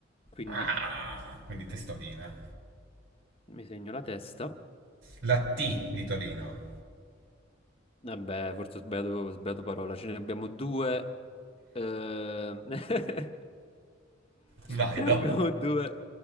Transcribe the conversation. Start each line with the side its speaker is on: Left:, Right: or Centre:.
Left: Quindi
Right: Ah, quindi testolina.
Left: mi segno la testa.
Right: La T di Torino.
Left: Eh beh, forse ho sbagliato, ho sbagliato parola, ce ne abbiamo due. ehm, <laughs>
Right: Vai,
Left: Ce
Right: do.
Left: ne abbiamo due.